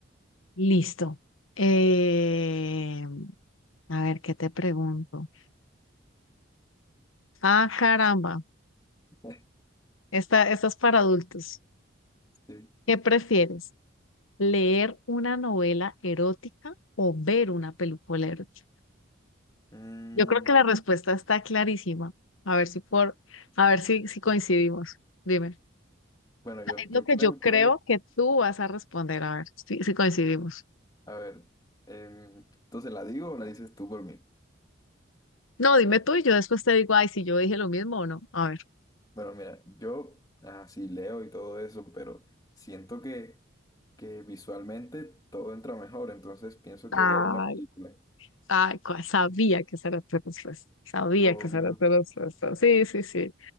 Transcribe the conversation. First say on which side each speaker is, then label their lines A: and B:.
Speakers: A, on the left; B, on the left.
A: Listo. Eh, a ver, ¿qué te pregunto? Ah, caramba.
B: <laughs>
A: Esta, esta es para adultos.
B: Sí.
A: ¿Qué prefieres? ¿Leer una novela erótica o ver una película erótica?
B: Mm,
A: Yo creo que la respuesta está clarísima. A ver si por, a ver si, si coincidimos. Dime.
B: bueno, yo,
A: Es
B: yo
A: lo que
B: creo,
A: yo creo
B: creo.
A: que tú vas a responder. A ver si, si coincidimos.
B: A ver, em, entonces, ¿la digo o la dices tú por mí?
A: No, dime tú y yo después te digo, ay, si yo dije lo mismo o no. A ver.
B: Bueno, mira, yo, ah, sí, leo y todo eso, pero siento que, que visualmente todo entra mejor, entonces pienso
A: Ay,
B: que ver una película.
A: ay, cua- sabía que esa era tu respuesta. Sabía
B: Obvio.
A: que esa era tu respuesta. Sí, sí, sí.